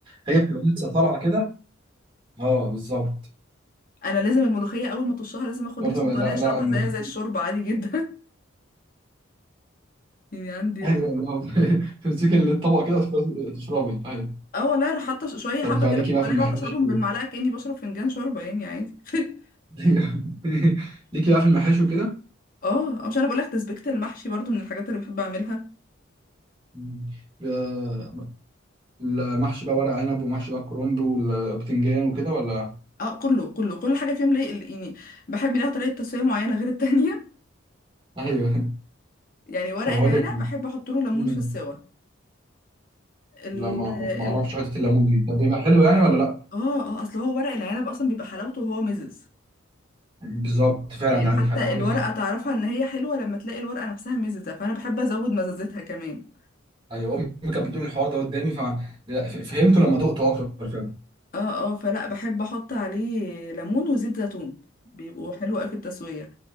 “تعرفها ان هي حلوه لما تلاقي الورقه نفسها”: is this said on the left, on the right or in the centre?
Left